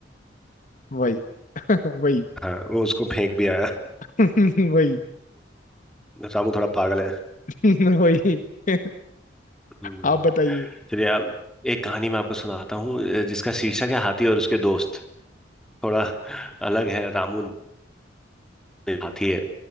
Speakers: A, on the left (about 45°); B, in the centre.
A: वही <laughs> वही
B: हाँ वो उसको फेंक भी आया <laughs>
A: <laughs> वही
B: रामू थोड़ा पागल
A: <laughs> वही <laughs>
B: है
A: आप बताइए
B: चलिए आप एक कहानी मैं आपको सुनाता हूँ अ, जिसका शीर्षक है हाथी और उसके दोस्त थोड़ा अलग है रामू नाम का हाथी है